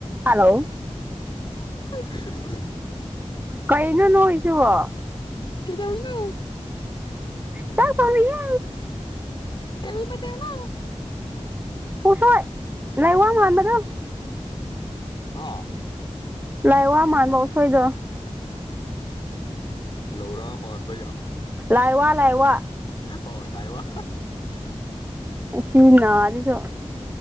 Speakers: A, on the right (about 15°); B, on the left (about 45°).
A: ꯍꯜꯂꯣ
B: <unintelligible>
A: ꯀꯩꯅꯩꯅ ꯅꯣꯏꯁꯤꯕꯣ
B: ꯀꯗꯧꯅꯤꯅ
A: ꯆꯥꯛ ꯊꯣꯡꯉꯤꯌꯦ
B: ꯇꯇꯥꯣ ꯅ
A: ꯍꯁꯣꯏ ꯉꯥꯏ ꯋꯥ ꯋꯥꯥꯟꯕꯗ
B: ꯍ
A: ꯂꯥꯏ ꯋꯥ ꯃꯥꯟꯕ ꯎꯁꯣꯏꯗ
B: ꯂꯧꯔꯥ ꯃꯥꯟꯕꯩꯌꯥ
A: ꯂꯥꯏꯋꯥ ꯂꯥꯏꯋꯥ
B: ꯑꯣ ꯂꯥꯏꯕ
A: ꯁꯤ ꯅꯥꯖꯤꯁꯨ